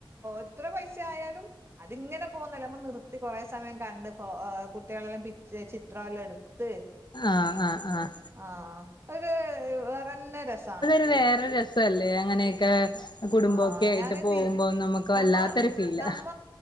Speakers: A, on the right; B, on the left.
A: എത്ര പൈസ ആയാലും അതിങ്ങനെ പോന്നേലും നിർത്തി കുറെേ സമയം കണ്ട് കുട്ടികളെല്ലാം പിച്ചേ ചിത്രമേല്ലാം എടുത്ത്
B: ആഹ് ആഹ് ആഹ്
A: ആഹ് ഒരു വേറെന്നെ രസമാണ്
B: അത് വേറെ രസ് രസല്ലേ അങ്ങനെക്കെ കുടുംബൊക്കെ
A: ആ
B: ആയിട്ട്
A: ഞാന്
B: പോകുമ്പോ
A: തി
B: നമുക്ക് വല്ലാത്തൊരു
A: നമ്മ
B: ഫീല
A: നമ്മ